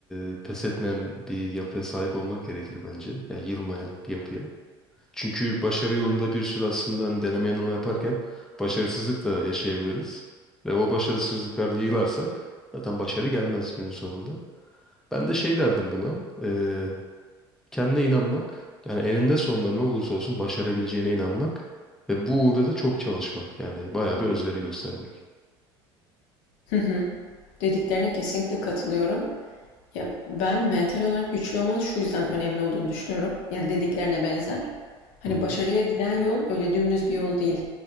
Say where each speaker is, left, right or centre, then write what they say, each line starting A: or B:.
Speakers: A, in the centre; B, on the left.
A: e, pes etmeyen bir yapıya sahip olmak gerekir bence. Ya yılmayan bir yapıya. Çünkü başarı yolunda bir sürü aslında hani deneme yanılma yaparken başarısızlık da yaşayabiliriz. Ve o başarısızlıklarda yığılarsak zaten başarı gelmez günün sonunda. Ben de şey derdim buna. E, kendine inanmak. Yani eninde sonunda ne olursa olsun başarabileceğine inanmak. Ve bu uğurda da çok çalışmak. Yani bayağı bir özveri göstermek.
B: Hı hı. Dediklerine kesinlikle katılıyorum. Ya ben mental olarak güçlü olmanın şu yüzden önemli olduğunu düşünüyorum. Yani dediklerine benzer. Hani
A: Hı hı.
B: başarıya giden yol öyle dümdüz bir yol değil.